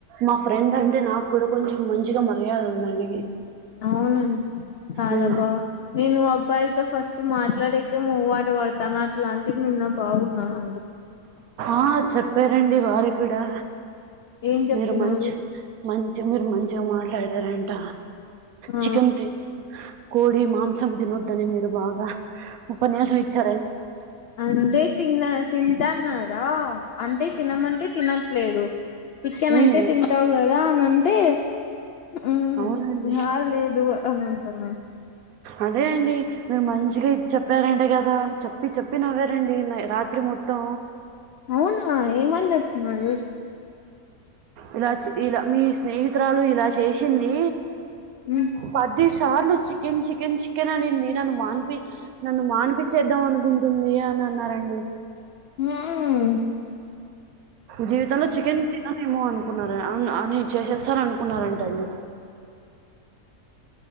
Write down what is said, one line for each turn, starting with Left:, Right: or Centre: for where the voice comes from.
Right: మా ఫ్రెండ్ అంటే నాకు కూడా కొంచెం మంచిగా మర్యాద ఉందండి.
Left: అవునన్ చదాబా
Right: మ్,
Left: నేను అబ్బాయిలతో ఫస్ట్ మాట్లాడేకే మవ్వాట వాడ తన అట్లాంటికి నిన్న బావున్నాను అండి.
Right: ఆ చెప్పారండి వారి కూడా
Left: ఏం చెప్తున్నారు
Right: మీరు మంచి మంచి మీరు మంచిగా మాట్లాడారంట
Left: ఆ
Right: చికెన్ తీ కోడి మాంసం తినొద్దని మీరు బాగా ఉపన్యాసం ఇచ్చార
Left: అంతే తిన్న తింటాన్నార అంతే తినమంటే తిన లేదు చికెన్
Right: ఉమ్,
Left: అయితే తింటావు కదా అని అంటే మ్మ్
Right: అవునాండి
Left: హా లేదు అని అంటున్నా
Right: అదే అండి మీరు మంచిగా చెప్పారంటే కదా చెప్పి చెప్పి నవ్వారండి రాత్రి మొత్తం
Left: అవునా ఏమని చెప్పినారు
Right: ఇలా చే- ఇలా మీ స్నేహితురాలు ఇలా చేసింది
Left: మ్మ్
Right: పదిసార్లు చి చికెన్ చికెన్ చికెన్ అనింది నన్ను మాన్పి నన్ను మనీప్ మానిపిచేద్దాం అనుకుంటుంది అని అన్నారండి
Left: ఆహు
Right: జీవితంలో చికెన్ తిన్నానుమో అనుకున్న అని చేసేస్తారరూ అనుకున్నారంటండి